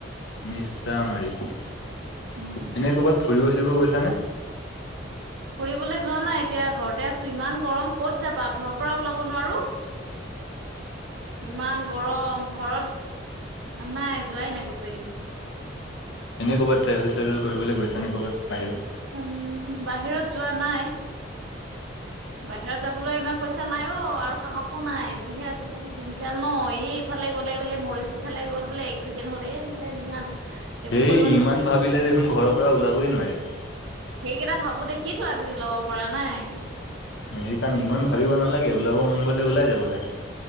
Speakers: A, on the left; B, on the right.
A: মিছা মাৰি এনে
B: উম,
A: কৰ'বাত ফুৰিব চুৰিব গৈছানে?
B: ফুৰিবলৈ যোৱা নাই এতিয়া ঘৰতে আছো ইমান গৰম কত যাবা ঘৰৰ পৰা ওলাব নোৱাৰো। ইমান গৰম ঘৰত অ' নাই যোৱাই নাই গোটেইকেইদিন।
A: এনে ক'ৰবাত ট্ৰেভেল চ্ৰেভেল কৰিবলৈ গৈছা নে ক'ৰবাত বাহিৰত?
B: উম বাহিৰত যোৱা নাই। বাহিৰত যাবলৈ ইমান পইচা নাই।
A: <unintelligible>
B: অ আৰু সাহসো নাই যিহে আজিকালি দিনকাল ন সি ইফালে গলে বোলে মৰি সিফালে গ'ল বোলে এক্সিডেণ্ট। ঘ এতেন ইমান এইবোৰ
A: হেই
B: কৰিব নোৱাৰি।
A: ইমান ভাবিলে দেখোন ঘৰৰ পৰা ওলাবই নোৱাৰিবা।
B: এইকেইটা ভাবো দেখিয়ো আজি ওলাব পৰা নাই।
A: সেই কাৰণে ইমান ভাবিব নালাগে ওলাব মন গলে ওলাই যাব লাগে।